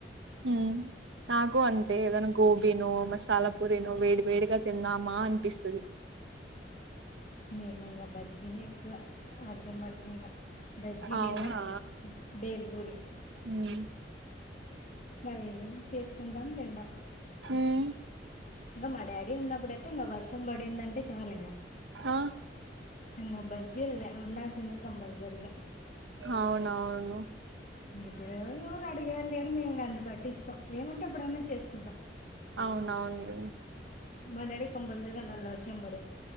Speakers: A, on the right; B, on the left.
A: మ్ నాకు అంతే ఏదన్న గోబినో మసాలా పూరినో వేడ్ వేడిగా తింద మా అనిపిస్తది
B: మేము ఇంగా బజ్జీనే ఎక్కువ వర్షం పడితే ఇంగా బజ్జి లేదా
A: అవునా
B: బేల్పూరి
A: ఉమ్
B: అవే చేసుకుంటాం తిటం
A: ఉమ్
B: ఇంగా మా డాడీ ఉన్నప్పుడయితే ఇంగా వర్షం పడిందండి చాలు ఇంగా
A: ఆ
B: ఇంగా బజ్జీలే ఉన్నాడుసింది కంపల్సరిగా
A: అవునవును
B: ఇప్పుడు ఎవరు అడిగర్లేని మేము గంత పట్టించుకోం ఏమంటే ఎప్పుడన్న చేసుకుంటాం
A: అవునవునండి
B: మా డాడి కి కంప్ల్సరీ ఉండాలి వర్షం పడితే